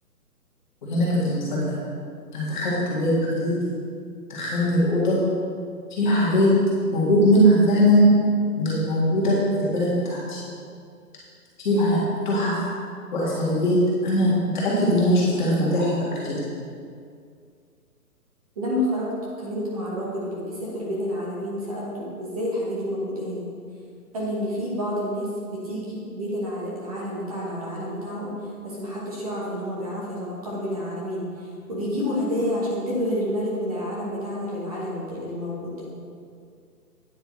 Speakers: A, on the left; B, on the right.
A: وهنا كانت المفاجأة انا دخلت باب غريب دخلني الأوضة فيها حاجات موجود منها فعلا من اللي موجودة في البلد بتاعتي فيها تحف وأثريات أنا متأكد إن أنا شفتها في متاحف قبل كده
B: لما خرجت واتكلمت مع الراجل اللي بيسافر بين العالمين سألته ازاي الحاجات دي موجودة هنا قال لي ان في بعض الناس بتيجي بين الع- العالم بتاعنا والعالم بتاعهم بس محدش يعرف ان هما بيعرفوا يتنقلوا بين العالمين وبيجيبوا هدايا عشان تبهر الملك من العالم بتاعنا للعالم اللي موجود ده